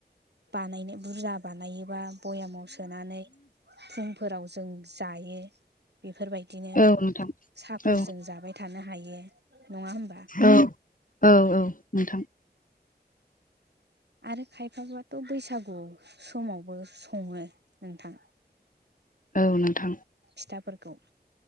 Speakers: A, on the right; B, on the left.
A: बानायनो बुरजा बानायो बबा भयामाव सोनानै फुंफोराव जों जायो। बेफोरबायदिनो
B: औ नोंथां
A: साहाफोरजों
B: औ
A: जाबाय थानो हायो नङा हबा
B: औ औ औ नोंथां
A: आरो खायफाबथ' बैसागु समावबो सङो नोंथां
B: औ नोंथां
A: फिथाफोरखौ